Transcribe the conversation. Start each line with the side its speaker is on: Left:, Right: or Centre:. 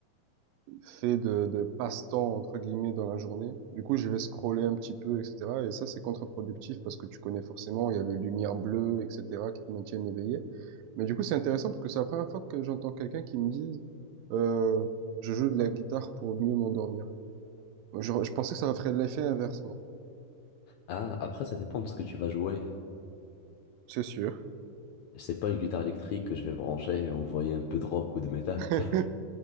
Right: fait de, de passe-temps, entre guillemets, dans la journée. Du coup, je vais scroller un petit peu, etc. Et ça, c'est contre-productif parce que tu connais forcément, il y a les lumières bleues, etc., qui te maintiennent éveillé. Mais du coup, c'est intéressant parce que c'est la première fois que j'entends quelqu'un qui me dise, euh, je joue de la guitare pour mieux m'endormir. Je, je pensais que ça ferait l'effet inverse, moi.
Left: Ah, après, ça dépend de ce que tu vas jouer.
Right: C'est sûr.
Left: C'est pas une guitare électrique que je vais brancher et envoyer un peu de rock ou de métal.
Right: <laughs>
Left: <laughs>